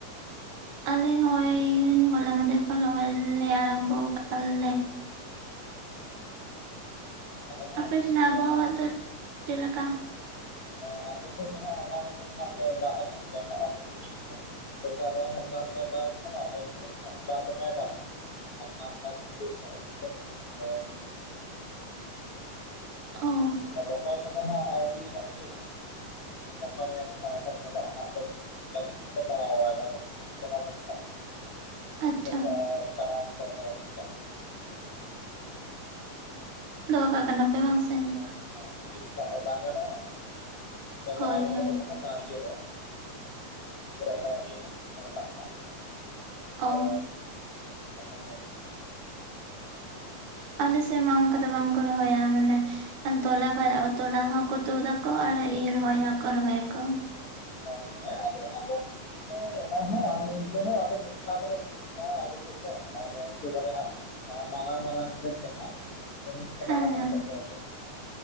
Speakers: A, on the right (about 65°); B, on the left (about 70°).
A: ᱟᱞᱮ ᱦᱚᱸ-ᱚᱭ ᱦᱚᱞᱟ ᱢᱟᱸᱫᱷᱮᱨ ᱠᱷᱚᱱ ᱞᱚᱦᱚᱭ ᱞᱮ ᱟᱨᱚᱢᱵᱚ ᱠᱟᱜ-ᱟ ᱞᱮ᱾
B: ᱟᱞᱮ ᱦᱚᱸ
A: ᱟᱯᱮ
B: ᱤᱱᱠᱟᱹ
A: ᱥᱮᱱᱟᱜ
B: ᱜᱮ
A: ᱟᱵᱚᱦᱟᱣᱟ
B: ᱱᱟᱦᱟᱜ᱾
A: ᱫᱚ ᱪᱮᱫ ᱞᱮᱠᱟ?
B: ᱮᱸ ᱟᱞᱮ ᱥᱮᱫ ᱫᱚ ᱦᱟᱸᱜ ᱦᱚᱞᱟ ᱢᱟᱸᱫᱷᱮᱨ ᱫᱚ ᱦᱟᱸᱜ ᱫᱟᱜ ᱟᱠᱟᱫ ᱜᱮᱭᱟᱭ ᱦᱟᱸᱜ ᱟᱫᱚ ᱛᱤᱦᱤᱧ ᱦᱟᱸᱜ ᱥᱮᱛᱟᱜ ᱨᱮ ᱦᱟᱞᱠᱟ ᱦᱟᱞᱠᱟᱭ ᱫᱟᱜ ᱮᱫ ᱛᱟᱦᱮᱸᱱᱟ ᱟᱫᱚ ᱱᱤᱛᱚᱜ ᱫᱚ ᱦᱟᱸᱜ ᱫᱟᱜ ᱫᱚ ᱵᱟᱭ ᱫᱟᱜ ᱮᱫᱟ᱾ ᱦᱟᱠᱟ ᱦᱟᱞᱠᱟᱭ ᱥᱤᱸᱛᱩᱜ ᱧᱚᱜ-ᱮ ᱥᱤᱸᱛᱩᱝ ᱟᱠᱟᱫ-ᱟ ᱟᱨ ᱰᱩᱸᱰᱨᱩ
A: ᱚ
B: ᱟᱫᱚ ᱨᱚᱦᱚᱭ ᱠᱚᱫᱚ ᱦᱟᱸᱜ ᱟᱹᱣᱨᱤ ᱮᱦᱚᱵ ᱦᱩᱭᱩᱜᱼᱟ᱾ ᱜᱟᱯᱟ ᱢᱮᱭᱟᱝ ᱠᱷᱚᱱᱟᱜ ᱮᱦᱚᱵ ᱞᱟᱜᱟᱜ ᱦᱟᱸᱜ ᱟᱫᱚ <unintelligible> ᱜᱟᱹᱪᱷᱤ ᱠᱚᱞᱮ ᱛᱟᱲᱟᱣ ᱵᱟᱲᱟᱭ ᱮᱫᱟ ᱚᱱᱟ ᱡᱟᱦᱟᱸ ᱛᱚᱞᱟ ᱠᱚ ᱢᱮᱛᱟᱜ ᱠᱟᱱᱟ᱾
A: ᱟᱪᱪᱷᱟ
B: ᱡᱷᱚᱛᱚ ᱛᱟᱲᱟᱣ ᱠᱟᱛᱮᱫ ᱞᱮ ᱤᱭᱟᱹ ᱠᱟᱜ ᱠᱟᱱᱟ᱾
A: ᱫᱚᱦᱚᱸ ᱠᱟᱜ
B: ᱢᱤᱫ
A: ᱠᱟᱱᱟ
B: ᱫᱤᱱ
A: ᱯᱮ ᱵᱟᱝ ᱥᱮ?
B: ᱦᱮᱸ ᱦᱮᱸ, ᱢᱤᱫ ᱫᱤᱱ ᱛᱮᱫᱚ ᱟᱨ ᱵᱟᱝ ᱜᱟᱱᱚᱜᱼᱟ,
A: ᱦᱳᱭ
B: ᱛᱟᱲᱟᱣ ᱠᱟᱛᱮᱫ
A: ᱦᱳᱭ
B: ᱞᱮ ᱫᱚᱦᱚᱸ ᱠᱟᱜᱼᱟ ᱤᱭᱟᱹᱨᱮ᱾ ᱤᱭᱟᱹ ᱜᱷᱩᱴᱩ ᱠᱚᱨᱮᱜ ᱞᱮ ᱤᱭᱟᱹ ᱠᱟᱜ-ᱟ ᱦᱟᱜ ᱟᱨ ᱨᱟᱠᱟᱵ ᱠᱟᱜᱼᱟ
A: ᱚ
B: ᱟᱨ ᱜᱟᱯᱟ ᱢᱮᱭᱟᱝ ᱠᱷᱚᱱᱟᱜ ᱦᱟᱸᱜ
A: ᱟᱞᱮ ᱥᱮᱫ ᱢᱟ ᱚᱝᱠᱟ ᱫᱚ ᱵᱟᱝ ᱠᱚ ᱨᱚᱦᱚᱭᱟ ᱢᱟᱱᱮ ᱛᱚᱞᱟ <unintelligible> ᱛᱚᱞᱟ ᱦᱚᱸᱠᱚ ᱛᱳᱫ ᱟᱠᱚ ᱟᱨ ᱤᱭᱟᱹ ᱨᱚᱦᱚᱭ ᱦᱚᱸᱠᱚ ᱨᱚᱦᱚᱭ ᱟᱠᱚ᱾
B: ᱟ ᱦᱮᱸ ᱟᱫᱚ ᱚᱱᱟ ᱫᱚ ᱚᱱᱟ ᱦᱚᱸ ᱟᱨ ᱱᱤᱝᱠᱟᱹ ᱦᱚᱸ ᱟᱫᱚ ᱢᱤᱫ ᱥᱟᱶ ᱛᱮᱠᱚ ᱛᱩᱫ ᱠᱟ-ᱟ ᱟᱞᱮ ᱥᱮᱫ ᱫᱚ ᱟᱨ ᱮᱠᱮᱵᱟᱨᱮ ᱦᱟᱸᱜ ᱢᱟᱨᱟᱝ ᱢᱟᱨᱟᱝ ᱠᱷᱮᱛ ᱡᱟᱦᱟᱸ ᱢᱩᱱᱤᱥ ᱠᱚ
A: ᱦᱮᱸ
B: ᱞᱟᱜᱟᱣ
A: ᱦᱮᱸ
B: ᱠᱟᱛᱮᱫ ᱠᱚ ᱤᱭᱟᱹ ᱠᱚᱣᱟᱦᱟᱸᱜ,